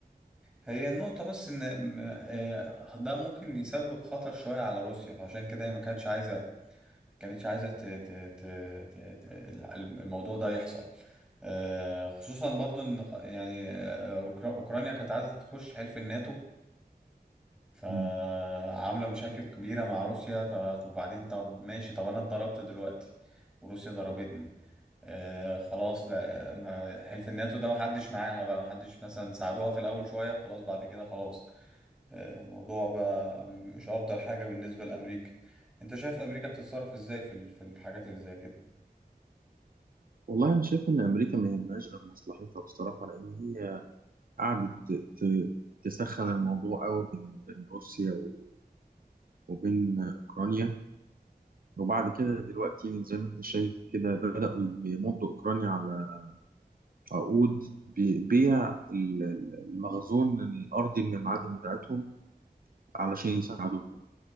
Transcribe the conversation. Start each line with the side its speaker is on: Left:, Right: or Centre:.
Centre: هي النقطة بس ان آه، ده ممكن يسبب خطر شوية على روسيا فعشان كده هي ما كانتش عايزة كانتش عايزة ت... ت... ت... ت... ت- ال- الموضوع ده يحصل آه، خصوصا برضو ان خ- يعني آه، أوكرا- اوكرانيا كانت عايزة تخش حلف الناتو فعاملة
Right: مم.
Centre: مشاكل كبيرة مع روسيا فطب بعدين طب ماشي طب انا اتضربت دلوقتي وروسيا ضربتني آه خلاص لا آه، ما- حلف الناتو ده محدش معاها بقى محدش مثلا ساعدوها في الاول شوية خلاص بعد كده خلاص آه، الموضوع بقى مش افضل حاجة بالنسبة لامريكا انت شايف امريكا بتتصرف ازاي في ال- في الحاجات اللي زي كده
Right: والله انا شايف ان امريكا ما يهمهاش غير مصلحتها بصراحه لان هي قعدت ت- ت- تسخن الموضوع قوي بين بين روسيا و- وبين اوكرانيا وبعد كده دلوقتي زي ما انت شايف كده بداوا يمضوا اوكرانيا على عقود ببيع ال- ال- المخزون الأرضي من المعادن بتاعتهم علشان يساعدوهم